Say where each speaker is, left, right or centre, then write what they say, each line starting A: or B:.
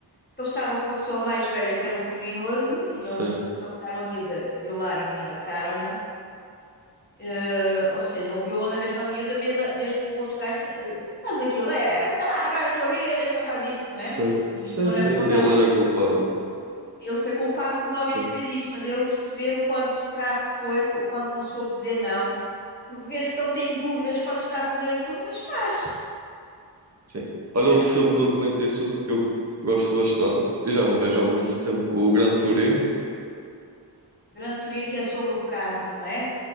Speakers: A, on the left; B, on the right.
A: porque ele estava com uma pessoa mais velha que era um criminoso e eles
B: sim.
A: raptaram a miúda, violaram-na e mataram-na. Eh, ou seja, ele violou na mesma miúda, mesmo, mesmo o outro gajo. Tem, eh, sabes aquilo? É, vai lá, agora é a tua vez, agora faz isto, não
B: Certo.
A: é? Ninguém-
B: Sim,
A: não lhe
B: sim,
A: apontaram
B: ele
A: nenhum.
B: era culpado.
A: Ele foi culpado porque realmente
B: Sim.
A: fez isso, mas ele perceber o quanto fraco foi, o quanto não soube dizer não, porque vê-se que ele tem dúvidas quando está a fazer aquilo, mas faz,
B: Sim. Olha
A: não é?
B: outro filme do Clint Eastwood que eu gosto bastante e já não vejo
A: Sim,
B: há muito tempo, o Gran
A: sim.
B: Turino.
A: Grande Turino que é sobre o carro, não é?